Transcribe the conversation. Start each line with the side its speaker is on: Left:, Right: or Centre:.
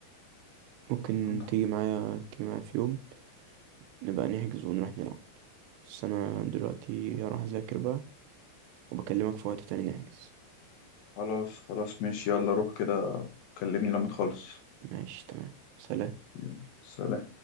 Right: ممكن
Left: طب
Right: تيجي معايا تيجي معايا في يوم نبقى نحجز ونروح نلعب بس أنا دلوقتي هروح أذاكر بقى وبكلمك في وقت تاني نحجز
Left: خلاص خلاص ماشي يلا روح كده كلمني لما تخلص
Right: ماشي تمام سلام
Left: يلا، سلام